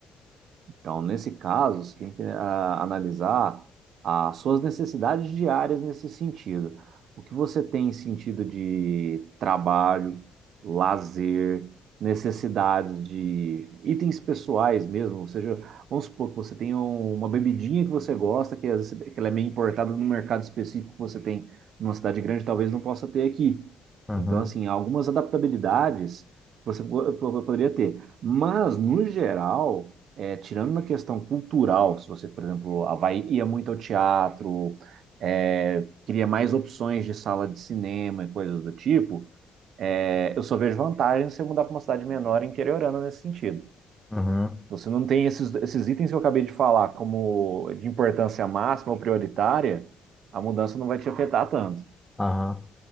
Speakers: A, on the right; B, in the centre.
A: Então, nesse caso, você tem que ah, analisar as suas necessidades diárias nesse sentido. O que você tem em sentido de trabalho, lazer, necessidades de itens pessoais mesmo. Ou seja, vamos supor que você tem um- uma bebidinha que você gosta, que, às vezes, que ela é meio importada no mercado específico que você tem numa cidade grande, talvez não possa ter aqui.
B: Uhum,
A: Então, assim, algumas adaptabilidades você po- po- poderia ter. Mas, no geral é, tirando na questão cultural, se você, por exemplo, Havaí ia muito ao teatro, é, queria mais opções de sala de cinema e coisas do tipo, é, eu só vejo vantagem se eu mudar para uma cidade menor e interiorana nesse sentido.
B: uhum,
A: Você não tem esses, esses itens que eu acabei de falar como de importância máxima ou prioritária, a mudança não vai te afetar tanto.
B: aham.